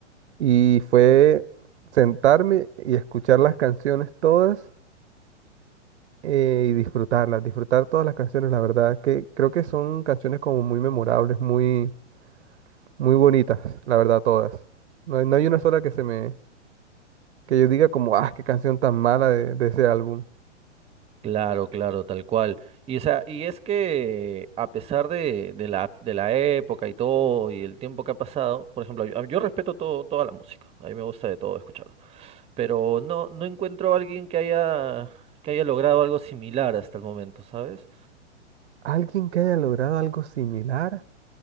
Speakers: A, on the right; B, on the right.
A: y fue sentarme y escuchar las canciones todas eh, y disfrutarlas, disfrutar todas las canciones, la verdad, que creo que son canciones como muy memorables, muy, muy bonitas, la verdad, todas. No hay, no hay una sola que se me, que yo diga como, ah, qué canción tan mala de, de ese álbum.
B: Claro, claro, tal cual. Y, o sea, y es que a pesar de, de la, de la época y todo y el tiempo que ha pasado, por ejemplo, yo, yo respeto todo, toda la música, a mí me gusta de todo escuchar, pero no, no encuentro a alguien que haya, que haya logrado algo similar hasta el momento, ¿sabes?
A: Alguien que haya logrado algo similar.